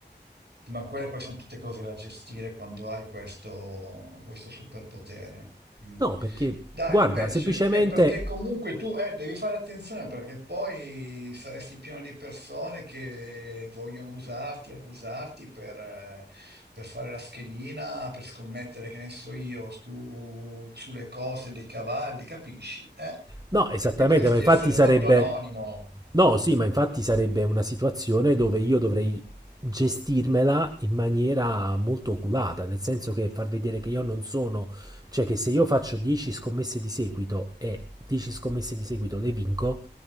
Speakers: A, on the right (about 70°); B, on the right (about 20°).
A: Ma quelle poi sono tutte cose da gestire quando hai questo, questo superpotere. Mm.
B: No, perché
A: Dai,
B: guarda,
A: invece,
B: semplicemente
A: è perché comunque tu eh, devi fare attenzione perché poi saresti pieno di persone che vogliono usarti, abusarti per, eh, per fare la schedina, per scommettere, che ne so io, su- sulle cose dei cavalli, capisci? Eh?
B: No, esattamente,
A: Per cui dovresti
B: ma infatti
A: essere
B: sarebbe...
A: molto anonimo.
B: No, sì, ma infatti sarebbe una situazione dove io dovrei gestirmela in maniera molto oculata, nel senso che far vedere che io non sono, cioè che se io faccio 10 scommesse di seguito e 10 scommesse di seguito le vinco,